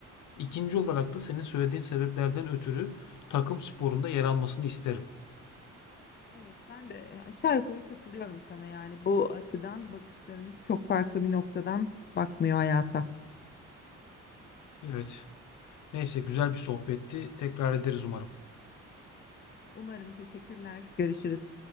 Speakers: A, on the left; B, on the left.
A: İkinci olarak da senin söylediğin sebeplerden ötürü takım sporunda yer almasını isterim.
B: Evet, ben de e, aşağı yukarı katılıyorum sana yani bu açıdan bakışlarımız çok farklı bir noktadan bakmıyor hayata.
A: Evet. Neyse güzel bir sohbetti. Tekrar ederiz umarım.
B: Umarım teşekkürler. Görüşürüz.